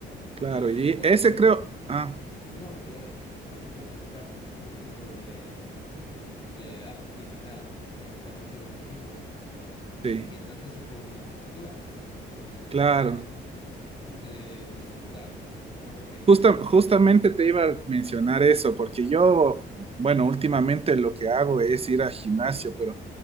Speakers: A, on the right (about 30°); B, on the left (about 25°).
A: Claro,
B: Y
A: y
B: por
A: ese
B: eso,
A: creo, ah,
B: no, te iba a decir que por eso hay que buscar algún tipo de de actividad, de algo que te mantenga activo y
A: sí,
B: que no te suponga una tortura, porque se trata
A: claro.
B: eh, de disfrutar con algo que es
A: Justa-
B: necesario.
A: justamente te iba a mencionar eso, porque yo, bueno, últimamente lo que hago es ir al gimnasio, pero